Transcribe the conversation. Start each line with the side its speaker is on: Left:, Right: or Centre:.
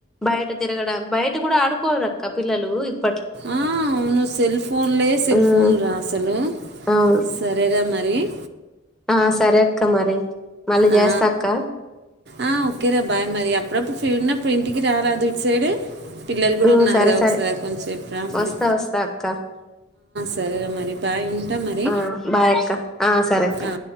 Centre: బయట తిరగడం బయట కూడా ఆడుకోరు అక్క పిల్లలు ఇప్
Right: ఆ అవును సెల్ ఫోన్లే సెల్
Centre: హ్మ్
Right: ఫోన్లు రా అసలు
Centre: అవును.
Right: సరే రా మరి డి
Centre: ఆ సరే అక్క మరి మళ్ళీ జేస్తా
Right: ఆ
Centre: అక్క.
Right: ఆ ఓకేరా బాయ్ మరి అప్పుడప్పుడు ఫన్న ఇప్పుడు ఇంటికి రారా దుటి సైడ్ పిల్లలు కూడా
Centre: హ్మ్
Right: ఉన్నారుగాద
Centre: సరే సరే
Right: ఒకసారి కొంచెం చెప్పు రా
Centre: వస్తా
Right: అది
Centre: వస్తా అక్క.
Right: సరే మరి బాయ్ ఉంటా మరి
Centre: ఆ బాయ్ అక్క. ఆ సరే అక్క.
Right: ఆ